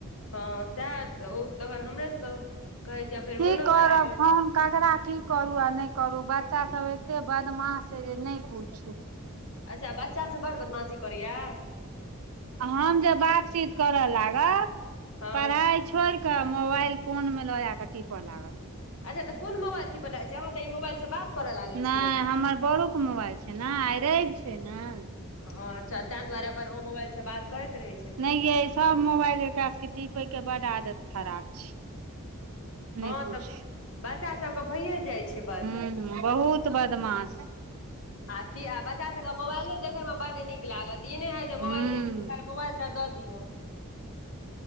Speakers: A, on the left (about 65°); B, on the right (about 75°).
A: हँ सैह तऽ उ तऽ हमरे सबके कहै छै फेर मोनो
B: की करब
A: खराब अइ
B: फोन ककरा की करू आ नय करू बच्चा सब एते बदमाश छै जे नय पूछू
A: अच्छा बच्चा सब बड़ बदमाशी करै य
B: आ हम जे बातचीत करऽ लागब
A: हँ
B: पढ़ाई छोड़ कऽ मोबाइल कोन मे लऽ आ क टिपर लागत
A: अच्छा तऽ कोन मोबाइल टिपऽ लागै छै अहाँऽ ई मोबइल सँ बात करऽ लागै
B: नय
A: छियै
B: हमर बड़ो केँ मोबाइल छै नऽ आइ रवि छै नऽ
A: हँ अच्छा तैय दुआरे अपन ओ मोबाइल सँ बात करैत रहे छै।
B: नय यै सब मोबाइल एकरा सबके टी पै केँ बड आदत खराब छै। नहि
A: हँ
B: पूछ
A: तऽ बच्चा सब कऽ भइये जाइ छै, बड्ड
B: हुँ - हुँ बहुत बदमाश
A: आती आ बच्चा सबकेँ मोबाइले देखे मे बड नीक लागत, तऽ ई नय होय जे
B: हूं
A: मोबइल नऽ दू खाली मोबाइल टा दऽ दियौ